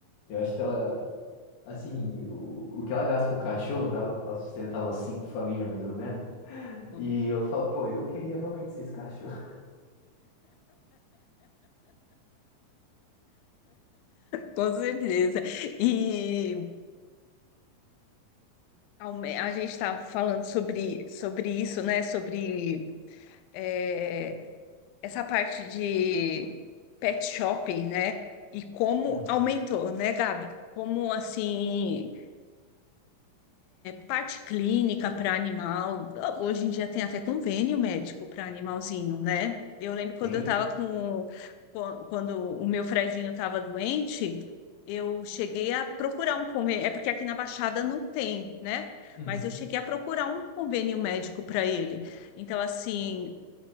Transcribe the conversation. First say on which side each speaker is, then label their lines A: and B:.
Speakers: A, on the left (about 65°); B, on the left (about 85°).
A: eu acho que ela, assim, o, o que ela gasta com o cachorro dava pra sustentar umas cinco famílias, mais ou menos.
B: com
A: E
B: certeza.
A: eu falo, pô, eu queria realmente ser esse cachorro.
B: Com certeza. E Aume- A gente está falando sobre, sobre isso, né? Sobre é, essa parte de pet shopping, né? E como
A: Uhum.
B: aumentou, né, Gabi? Como assim Parte clínica para animal. Hoje em dia tem até convênio médico para animalzinho, né? Eu lembro quando
A: <laughs> Tem?
B: eu estava com. quan- Quando o meu Fredinho estava doente, eu cheguei a procurar um convênio. É porque aqui na Baixada não tem, né?
A: Uhum,
B: Mas eu cheguei a procurar um convênio médico para ele. Então, assim,